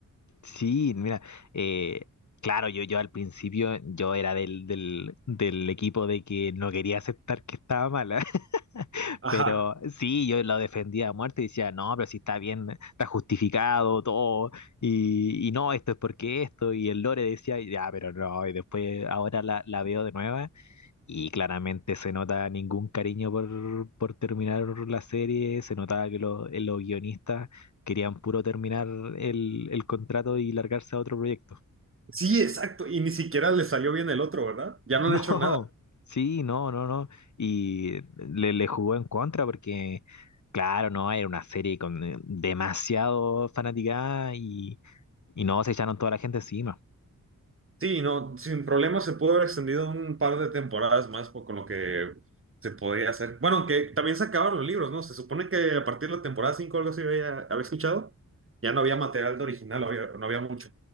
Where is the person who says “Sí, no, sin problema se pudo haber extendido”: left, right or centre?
Right